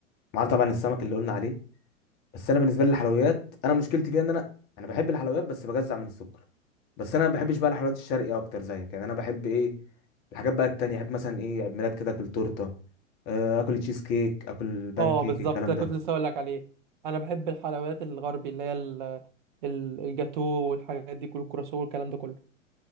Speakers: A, on the left (about 25°); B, on the right (about 40°).
A: ما عدا طبعا السمك اللي قلنا عليه بس انا بالنسبه لي الحلويات انا مشكلتي فيها ان انا انا بحب الحلويات بس بجزع من السكر بس انا ما بحبش بقى الحلويات الشرقي اكتر زيك يعني انا بحب ايه الحاجات بقى التانية احب مثلا ايه عيد ميلاد كده اكل تورته آه، اكل تشيز كيك اكل بان
B: اه
A: كيك
B: بالظبط
A: الكلام
B: ده
A: ده
B: كنت لسه اقول لك عليه انا بحب الحلويات الغربي اللي هي ال- ال- الجاتو والحاجات دي كل الكراسو والكلام ده كله